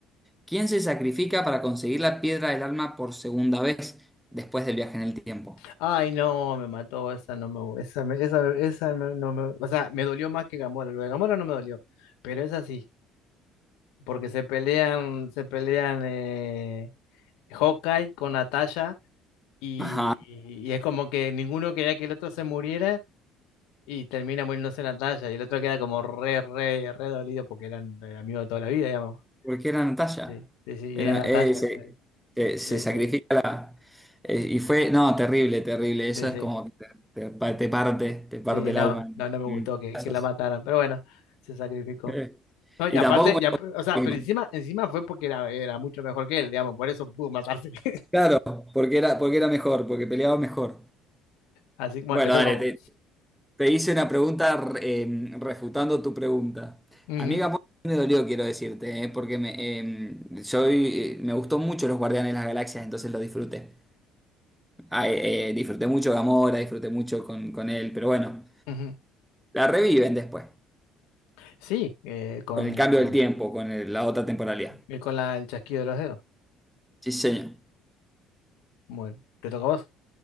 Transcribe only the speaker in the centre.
¿Quién se sacrifica para conseguir la piedra del alma por segunda vez después del viaje en el tiempo?
Ajá,
porque era Natalia.
Era,
eh, se, eh, se
sacrifica
la. eh, y fue, no, terrible, terrible. Eso
es como que te, te pa- te parte, te parte
el
alma
en
pedazos.
Eh,
Y
tampoco
me-
Claro, porque era, porque era mejor, porque peleaba mejor.
Bueno,
dale,
te, Te hice una pregunta eh, refutando tu pregunta.
Amiga, muy- me dolió, quiero decirte, eh, porque me, eh, soy, eh, me gustó mucho los Guardianes de las Galaxias, entonces lo disfruté. Ah, eh, eh, disfruté mucho Gamora, disfruté mucho con, con él, pero bueno,
la reviven después,
con el cambio del tiempo, con el- la otra temporalidad.
Sí, señor.